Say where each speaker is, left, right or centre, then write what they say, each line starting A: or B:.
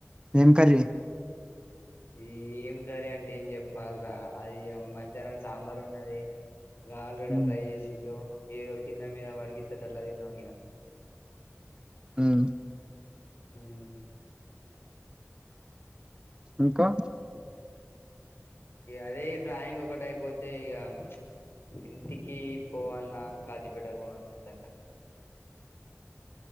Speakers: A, on the right; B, on the left.
A: ఏం కర్రీ
B: ఈ ఏం కర్రీ అంటే ఏం చెప్పాలరా అది మధ్యాహ్నం సాంబార్ ఉన్నది ఇ ఆలుగడ
A: ఉమ్
B: ఫ్రై చేసిలు ఏదో కింద మీద పడి గీతత అట్లా తిన్నాం
A: ఉ
B: హ్మ్.
A: ఇంకా
B: అదే డ్రాయింగ్ ఒకటి అయిపోతే అయితే ఇక ఇంటికి పోవాలన్నా కాజీపేట పోవలన్నా అర్థం కా